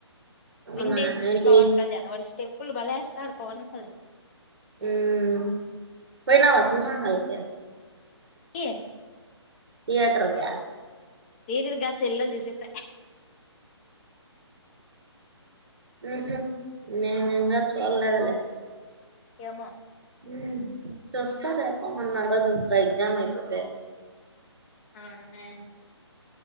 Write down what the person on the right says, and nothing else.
అవునా
ఏంటి
ఉమ్ పోయినావ సినిమా హల్క
థియేటర్ క
మ్మ్ హ్ <unintelligible> చోడ్లేదలే
మ్మ్ చూస్స్తారేప్పన్ మన్నాడో జూస్తాయ్ ఎగ్జామ్ అయిపోతే